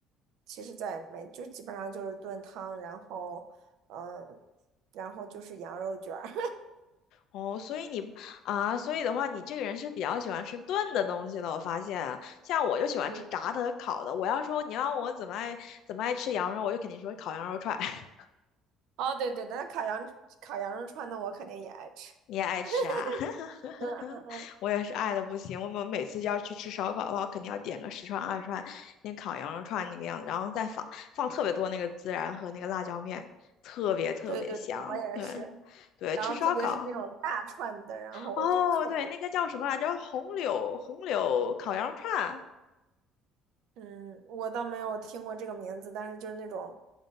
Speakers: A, on the right; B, on the left.
A: 其实再也没，就基本上就是炖汤，然后嗯，然后就是羊肉卷儿，<laughs>
B: 哦，所以你啊，所以的话，你这个人是比较喜欢吃炖的东西的。我发现啊，像我就喜欢吃炸的和烤的。
A: 嗯，
B: 我要说你要我怎么爱怎么爱吃羊肉，我就肯定说烤羊肉串。<laughs>
A: 哦对对，那烤羊烤羊肉串，那我肯定也爱吃，
B: 你也爱吃啊？
A: <laughs>
B: <laughs>
A: 嗯嗯嗯，
B: 我也是爱的不行。我们每次要去吃烧烤的话，我肯定要点个十串二十串，那烤羊肉串那个样子，然后再放放特别多那个孜然和那个辣椒面，特别特别香。
A: 对对对，我也是，
B: 对，对，
A: 然后特别是那种大串的，
B: 吃烧烤。
A: 然后我就特别，
B: 哦，对，那个叫什么来着？红柳红柳烤羊肉串。
A: 嗯，我倒没有听过这个名字，但是就是那种，